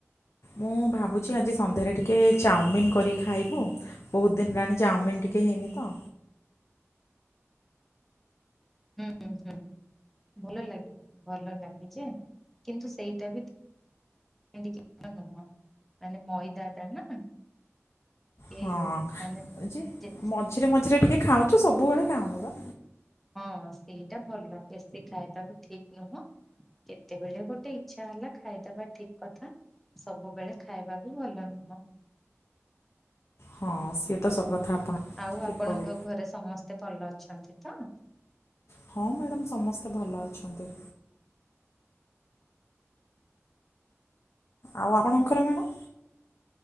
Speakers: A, on the left; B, in the centre.
A: ମୁଁ ଭାବୁଛି ଆଜି ସନ୍ଧ୍ୟାରେ ଟିକେ ଚାଉମିିନ କରିିକ ଖାଇବୁ ବହୁତ ଦିନ ହେଲାଣି ଚାଉମିନ ଟିକେ ହେଇନି ତ
B: ହୁଁ ହୁଁ ହୁଁ। ଭଲ ଲାଗ ଭଲ ଲାଗେ ଯେ କିନ୍ତୁ ସେଇଟା ବି ଏ ନୁହଁ ମାନେ ମଇଦା ଦାନା କେ
A: ହଁ
B: ମାନେ
A: ଯେ
B: ଯେଚ୍
A: ମଝିରେ ମଝିରେ ଟିକେ ଖାଉଛୁ ସବୁବେଳେ ଖାଉନୁ ବା।
B: ହଁ ସେଇଟା ଭଲ ବେଶୀ ଖାଇବା ବି ଠିକ ନୁହଁ। କେତେବେଳେ ଗୋଟେ ଇଚ୍ଛା ହେଲା ଖାଇଦବା ଠିକ୍ କଥା। ସବୁବେଳେ ଖାଇବା ବି ଭଲ ନୁହଁ।
A: ହଁ ସିଏ ତ ସବୁ କଥା ଆପଣ
B: ଆଉ
A: ଠିକ୍
B: ଆପଣଙ୍କ
A: କହିଲେ
B: ଘରେ ସମସ୍ତେ ଭଲ ଅଛନ୍ତି ତ?
A: ହଁ ମ୍ୟାଡ଼ାମ ସମସ୍ତେ ଭଲ ଅଛନ୍ତି। ଆଉ ଆପଣଙ୍କର ମ୍ୟାଡ଼ାମ?